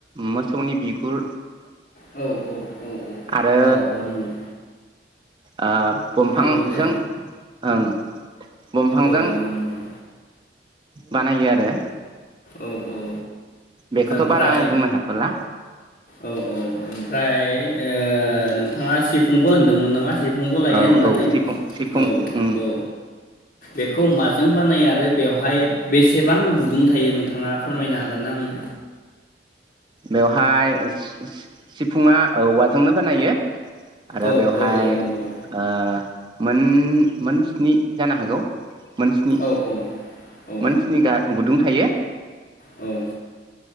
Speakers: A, on the right (about 25°); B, on the left (about 50°).
A: मोसौनि बिगुर
B: औ औ औ औ
A: आरो
B: औ औ नंगौ
A: ओ दंफांजों
B: नंगौ दे
A: ओं दंफांजों
B: औ औ नंगौ
A: बानायो आरो
B: औ औ औ
A: बेखौथ'
B: ओमफ्राय
A: बारा आं बुंनो हाथ'ला
B: औ औ ओमफ्राय ओ नोंथाङा सिफुंबो होनदोंमोन नामा सिफुंखौ लायो
A: औ
B: होननानै
A: औ सिफुं सिफुं
B: औ
A: उम
B: औ बेखौ माजों बानायो आरो बेवहाय बेसेबां गुदुं थायो नों थाङा फोरमायनो हागोन ना आंनो
A: बेवहाय सि-सि-सिफुंङा औवाजोंनो बानायो। आरो
B: औ
A: बेवहाय
B: औ औ नंगौ
A: ओ मोन मोन स्नि जानो हागौ मोन स्निनि
B: औ औ औ
A: मोन स्नि गा गुदुं थायो।
B: औ